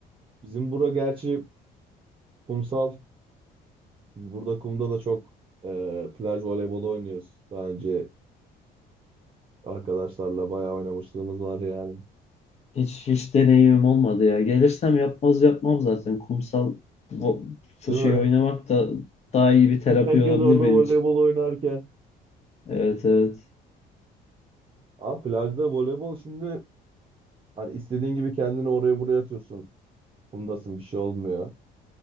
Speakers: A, on the right; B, on the left.
A: Bizim bura gerçi kumsal. Burada kumda da çok e, plaj voleybolu oynuyoruz. Daha önce arkadaşlarla bayağı oynamışlığımız var yani.
B: Hiç hiç deneyimim olmadı ya. Gelirsem yapmaz yapmam zaten. Kumsal vo-
A: Değil
B: şey
A: mi?
B: oynamak da daha iyi bir terapi
A: <laughs> Herkes
B: olabilir
A: orada
B: benim
A: voleybol
B: için.
A: oynarken.
B: Evet evet.
A: Abi plajda voleybol şimdi hani istediğin gibi kendini oraya buraya atıyorsun. Kumdasın bir şey olmuyor.